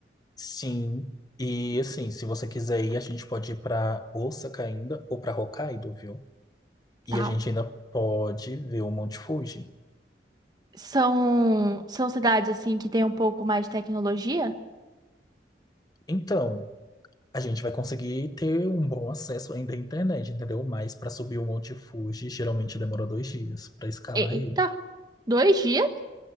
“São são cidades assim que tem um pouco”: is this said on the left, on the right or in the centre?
Right